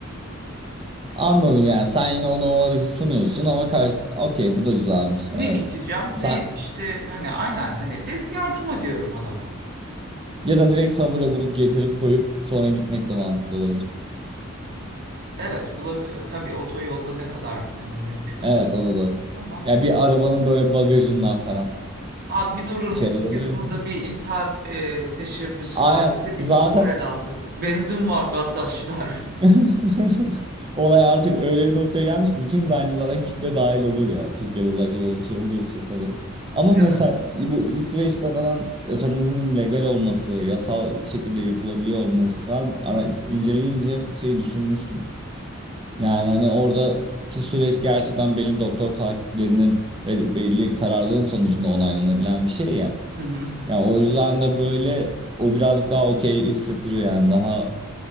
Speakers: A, on the right; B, on the right.
A: Anladım yani sen yine ona o aracı sunuyorsun ama karşı okey bu da güzelmiş
B: Ne
A: evet.
B: içeceğim
A: Sen
B: ne işte hani aynen hani de yardım ediyorum adama.
A: ya da direkt tavure bulup getirip koyup sonra gitmek de mantıklı olabilir.
B: Evet bula, e, tabii otoyolda ne kadar mümkün olur
A: Evet o da doğru.
B: ama
A: Ya bir arabanın böyle bagajından falan
B: abi bir durur
A: bir
B: musun?
A: şeyler oluyor.
B: Biz burada bir intihar e, teşebbüsü
A: <laughs> Aynen
B: var. Bize bir
A: zaten
B: tabure lazım. Benzin var kardeşler. <laughs>
A: <laughs> Olay artık öyle bir noktaya gelmiş ki bütün bence zaten kitle dahil olur ya. Türkiye'de özellikle böyle bir şey oluyorsa sanırım. Ama
B: Evet.
A: mesela bu İsveç'te falan ötenazinin legal olması, yasal şekilde yapılabiliyor olması falan ara, inceleyince şeyi düşünmüştüm. Yani hani oradaki süreç gerçekten belli doktor takiplerinin ve belli kararların sonucunda onaylanabilen bir şey ya.
B: Hı hı.
A: Ya o yüzden de böyle o birazcık daha okey hissettiriyor yani daha